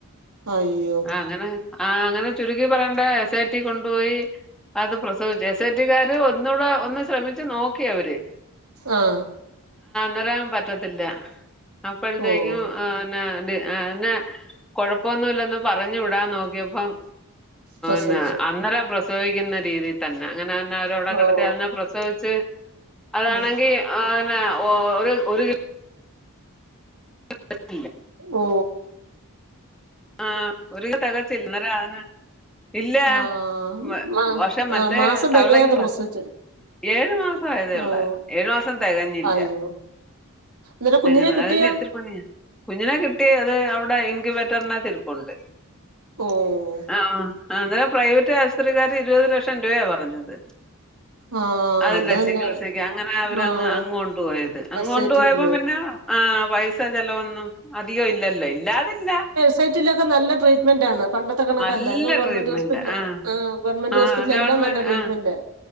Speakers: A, on the right; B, in the centre.
A: അയ്യോ
B: ആ അങ്ങനെ ആ അങ്ങനെ ചുരുകി പറയേണ്ട എസ് ഐ ടി കൊണ്ടുപോയി അത് പ്രസവിച്ച ജെശേറ്റിക്കാര് ഒന്നുകൂടെ ഒന്ന് ശ്രമിച്ചു നോക്കി അവര്
A: ആഹ്
B: വരാൻ പറ്റത്തില്ല അപ്പോഴത്തേക്കുംന്ന
A: ഓഹ്
B: ആ അ കൊഴപ്പൊന്നുംല്ലെന്ന് പറഞ്ഞു വിടാൻ നോക്കിയപ്പം
A: പ്രസവിച്ചു
B: ന്ന അന്നേരം പ്രസവിക്കുന്ന രീതി തന്നെ അങ്ങനെ തന്നെ അവരവിടെ കിടത്തി
A: ഓഹ്
B: അതിനെ പ്രസവി ച്ച് അതാണെങ്കി
A: ഉം
B: അന്നെ ഒര് <unintelligible>
A: ഓ
B: ആഹ് ഒരുകെ തകച്ചില്ലന്നരാന ഇല്ല
A: ആഹ്
B: വ
A: മാ
B: വഷം മറ്റേ
A: ആഹ് മാസം
B: തള്ളകി
A: തികയാതെ പ്രസവിച്ചു
B: ഏഴു മാസം ആയതേ ഉള്ളായിരുന്നു
A: ഓഹ്
B: ഏഴു മാസം തികഞ്ഞില്ല
A: അയ്യോ എന്നിട്ട് കുഞ്ഞിനെ
B: എങ്ങനെ
A: കിട്ടിയോ
B: അതി എത്തിരി പണിയാ കുഞ്ഞിനെ കിട്ടി അത് അവിടെ എനിക്ക് പ്പുണ്ട്
A: ഓഹ്
B: ആ പ്രൈവറ്റ് ആ ശുത്രികാര് ഇരുപത് ലക്ഷം രൂപയ പറഞ്ഞത്
A: ആഹ്
B: അതിന്റെ
A: അതന്നെ
B: ചികിത്സക്ക് അങ്ങനെ അവര്ങ്ങ്
A: ആഹ്
B: അങ്ങോണ്ട് പോയത് അങ്ങൊണ്ട്
A: എസ് ഐ ടി
B: പോയപ്പോം
A: പോയി
B: പിന്നെ ആഹ് പൈസ ചെലവൊന്നും അധികോ ഇല്ലല്ലോ ഇല്ലാതില്ല
A: സൊസറ്റയിലൊക്കെ നല്ല ട്രീറ്റ്മെന്റാണ് പണ്ടെത്തെ കണക്കല്ല
B: നല്ല
A: ഇപ്പ ഗവൺമെന്റ്
B: ട്രീറ്റ്മെന്റാ.
A: ഹോസിപിറ്റൽ
B: ആഹ്
A: ആ ഗവമെന്റ്
B: ആഹ്
A: ഹോസ്പിറ്റൽ
B: ഗവൺമെന്റ്
A: എല്ലാം നല്ല ട്രീറ്റ്മെന്റ്
B: ആഹ്